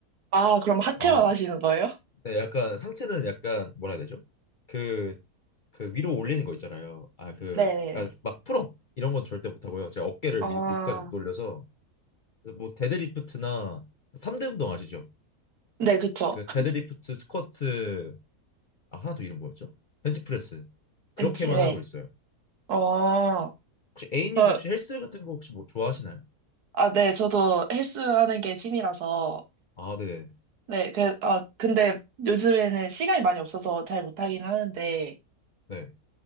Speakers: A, on the right; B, on the left.
A: 아, 그럼 하체만
B: 아,
A: 하시는 거예요?
B: 네, 약간 상체는 약간 뭐라 해야 되죠? 그, 그 위로 올리는 거 있잖아요. 아, 그,
A: 네네네.
B: 아, 막 풀업 이런 건 절대 못 하고요. 제가 어깨를
A: 어,
B: 위, 위까지 못 올려서 뭐 데드리프트나 3대 운동 아시죠?
A: 네, 그쵸.
B: 그 데드리프트, 스쿼트 아, 하나 더 이름 뭐였죠? 벤치프레스. 그렇게만
A: 왠지, 네.
B: 하고 있어요.
A: 어,
B: 혹시 A님도
A: 저,
B: 혹시 헬스 같은 거 혹시 뭐 좋아하시나요?
A: 아, 네, 저도 헬스 하는 게 취미라서,
B: 아, 네네.
A: 네, 그, 아, 근데 요즘에는 시간이 많이 없어서 잘 못하긴 하는데,
B: 네.